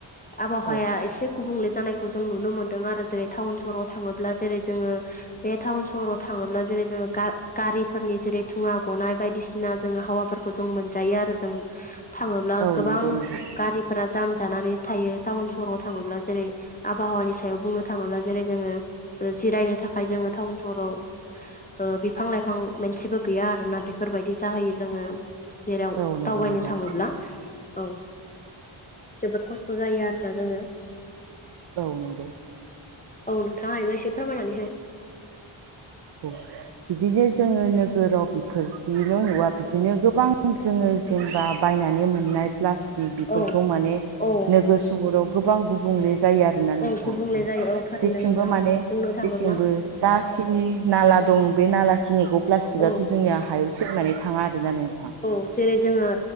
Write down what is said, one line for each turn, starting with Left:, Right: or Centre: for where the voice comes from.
Left: आबहावाया
Right: औ
Left: एसे गुबुंले जानायखौ जों नुनो मोन्दों आरो जेरै थाउन सहराव थाङोब्ला जेरै जोङो बे थाउन सहराव थाङोब्ला जेरै जोङो गा-गारिफोरनि जेरै धुङा गनाय बायदिसिना जोङो हावा फोरखौ जों मोनजायो आरो जों थाङोब्ला
Right: औ
Left: गोबां
Right: नंगौ नोंथां
Left: गारिफोरा जाम जानानै थायो। टाउन सहराव थाङोब्ला जेरै आबहावानि सायाव बुंनो थाङोब्ला जेरै जोङो ओ जिरायनो थाखाय जों थाउन सहराव ओ बिफां लाइफां मोनसेबो गैया आरोना बेफोर बायदि जाहैयो जोङो जेराव
Right: औ नंगौ
Left: दावबायनो
Right: नोंथां
Left: थाङोब्ला औ जोबोद खस्थ' जायो आ दा जोङो
Right: औ नंगौ
Left: औ नोंथाङा हायोबा एसे फोरमायनानै हो
Right: औ बिदिनो जोङो नोगोराव बेफोरदिल' नुवा बिदिनो गोबां जोङो जेनबा बायनानै मोननाय प्लास्टिक बेफोरखौ
Left: औ
Right: माने
Left: औ
Right: नोगोर सहराव गोबां गुबुंले जायो आरोना नोंथां।
Left: औ गुबुंले जायो औ थारैनो
Right: जेथिंबो
Left: नोंथां
Right: माने
Left: बुंनो थाङोब्ला
Right: जेथिंबो जाखिनि ला दं बे नालाखिनिखौ प्लास्टिकआथ'
Left: औ
Right: जोंनि हायाव सेवनानै थाङा आरो नों
Left: औ जेरै जोङो